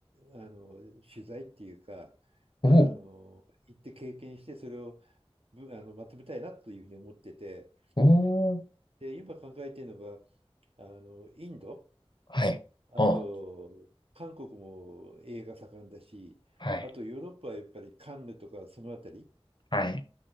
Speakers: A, on the right; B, on the left.
A: あの、取材っていうか、
B: おお、
A: あの、行って経験して、それをぶ、あの、まとめたいなというふうに思ってて、
B: おお、
A: で、今考えているのが、あの、インド、
B: はい。
A: あと、
B: お、
A: 韓国も映画盛んだし、
B: はい。
A: あとヨーロッパはやっぱりカンヌとかそのあたり、
B: はい。